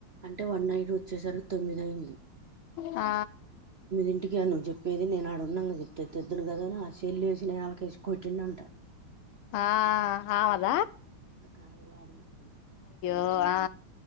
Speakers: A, on the right (about 55°); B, on the left (about 85°).
A: అంటే వన్ నైట్ వచ్చేసరికి తొమ్మిదైంది
B: ఆ
A: ఇంటికే నువ్ చెప్పేది నే ఆడ ఉన్నాంగ చెప్ తే తేద్దను కదా అని ఆ సేల్ ఏసి నేలాకేసి కొట్టిండ్ అంట
B: ఆ అమాద
A: కాదు వాడిది
B: ఓ ఆ